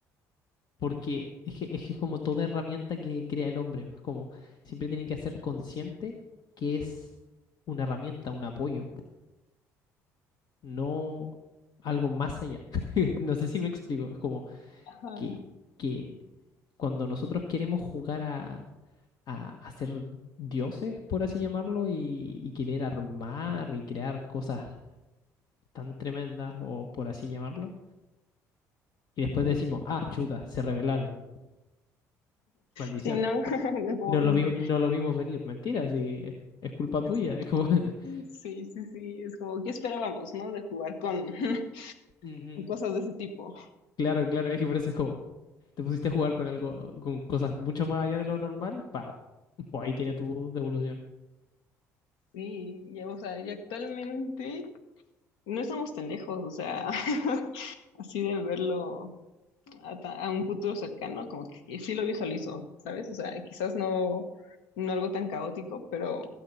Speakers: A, on the left (about 55°); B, on the left (about 75°).
A: porque es que, es que es como toda herramienta que crea el hombre, es como siempre tiene que ser consciente que es una herramienta, un apoyo, no algo más allá. <laughs> No sé si me explico, es como
B: Ajá.
A: que, que cuando nosotros queremos jugar a, a, a ser dioses, por así llamarlo, y, y querer armar y crear cosas tan tremendas, o por así llamarlo, y después decimos, ah, chuta, se rebelaron, maldición.
B: Sí, no, <laughs> como,
A: No lo vi- no lo vimos venir, mentira, sí, es, es culpa
B: es-
A: tuya. Es como, <laughs>
B: sí, sí, sí, es como, ¿qué esperábamos, no? De jugar con <laughs>
A: Ujú.
B: cosas de ese tipo.
A: claro, claro, es que por eso es como, te pusiste a jugar con algo, con cosas mucho más allá de lo normal, pa, pues ahí tiene tu devolución.
B: Sí, y, o sea, y actualmente no estamos tan lejos, o sea, <laughs> así de verlo a, ta- a un futuro cercano, como que sí lo visualizo, ¿sabes? O sea, quizás no, no algo tan caótico, pero